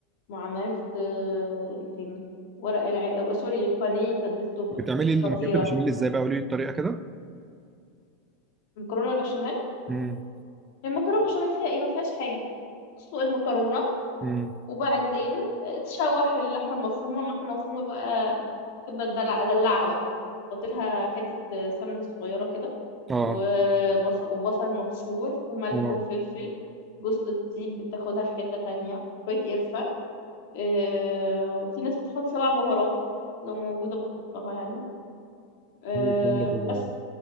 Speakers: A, on the left; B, on the right.
A: وعملت آه، ايه تاني ورق الع... آه، سوري البانيه تتبيلته
B: بتعملي المكرونه
A: خطيرة
B: البشاميل ازاي بقى قولي لي الطريقه كده
A: المكرونه البشاميل
B: امم
A: هي المكرونه البشاميل فيها ايه ما فيهاش حاجه تسلق المكرونه
B: امم
A: وبعدين تشوح اللحمه المفرومه اللحمه المفرومه بقى بحب ادلع ادلعها بقى احط لها حته سمنه صغيره كده
B: اه
A: وبصل وبصل مبشور وملح
B: اه
A: وفلفل جوزة الطيب بتاخدها في حته تانية شويه قرفه آه، وفي ناس بتحط سبع بهارات لو موجوده بحطها يعني آه،
B: حلو الكلام ده كله
A: بس
B: والله